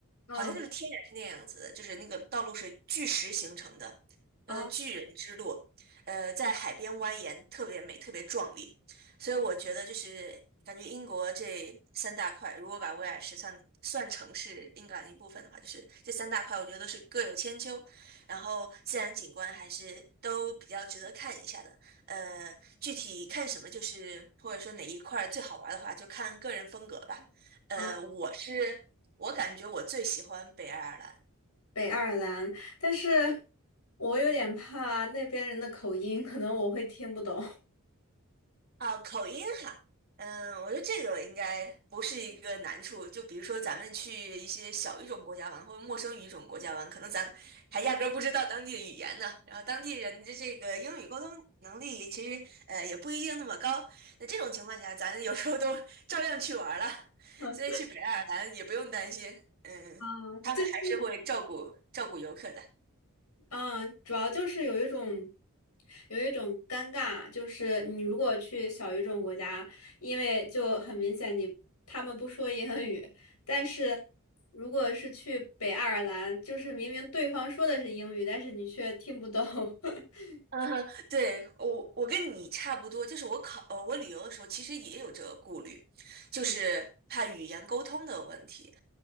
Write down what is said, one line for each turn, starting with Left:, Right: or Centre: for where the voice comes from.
Left: 嗯，
Right: 好像就是天然是那样子的，就是那个道路是巨石形成的，
Left: 好
Right: 呃，巨人之路，呃，在海边蜿蜒，特别美，特别壮丽。所以我觉得就是感觉英国这三大块，如果把威尔士算算成是英格兰一部分的话，就是这三大块，我觉得都是各有千秋，然后自然景观还是都比较值得看一下的。呃，具体看什么，就是或者说哪一块最好玩的话，就看个人风格吧。呃，
Left: 好，
Right: 我是我感觉我最喜欢北爱尔兰。
Left: 北爱尔兰，但是我有点怕那边人的口音，可能我会听不懂。<laughs>
Right: 啊，口音哈，嗯，我觉得这个应该不是一个难处。就比如说咱们去一些小语种国家玩，或者陌生语种国家玩，可能咱还压根儿不知道当地的语言呢。然后当地人的这个英语沟通能力其实呃也不一定那么高。那这种情况下，咱有时候都 <laughs> 照样去玩儿了，
Left: 嗯
Right: 所以去北爱尔兰也不用担心，嗯，
Left: 啊，
Right: 他们还是会照顾照顾游客的。
Left: <laughs> 嗯，主要就是有一种，有一种尴尬，就是你如果去小语种国家，因为就很明显你他们不说英语，但是如果是去北爱尔兰，就是明明对方说的是英语，但是你却听不懂。<laughs>
Right: 嗯，对，我我跟你差不多，就是我考呃我旅游的时候，其实也有这个顾虑，就是怕语言沟通的问题。
Left: 嗯，